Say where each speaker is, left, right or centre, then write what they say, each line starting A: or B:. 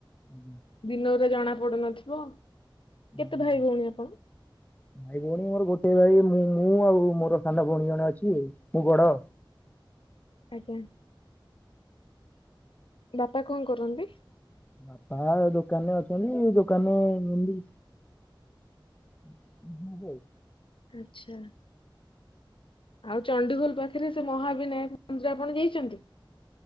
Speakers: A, on the left; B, on the left.
A: ଆଜ୍ଞା।
B: ଦିନରେ ଜଣା ପଡୁନଥିବ। କେତେ
A: ଆଜ୍ଞା
B: ଭାଇ ଭଉଣୀ ଆପଣ?
A: ଭାଇ ଭଉଣୀ କଣ ମୋର ଗୋଟେ ଭାଈ। ମୁଁ ମୁଁ ଆଉ ମୋର ସାନ ଭଉଣୀ ଜଣେ ଅଛି ମୁଁ ବଡ।
B: ଆଜ୍ଞା। ବାପା କଣ କରନ୍ତି?
A: ବାପା ଦୋକାନରେ ଅଛନ୍ତି ଦୋକାନରେ ଅଛନ୍ତି। <unintelligible>
B: ଆଚ୍ଛା। ଆଉ ଚଣ୍ଡିଖୋଲ ପାଖରେ ସେ ମହାବିନାୟକ ମନ୍ଦିର ଆପଣ ଯାଇଛନ୍ତି?